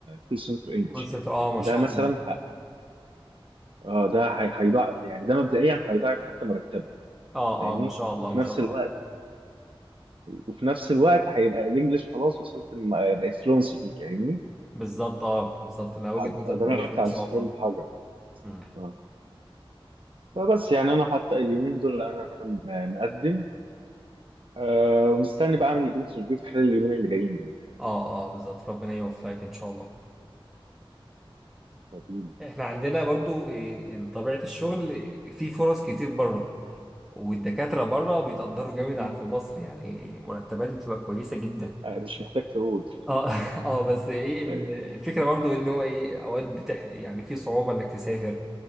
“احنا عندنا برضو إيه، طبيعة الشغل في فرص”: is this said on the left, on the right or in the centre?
Centre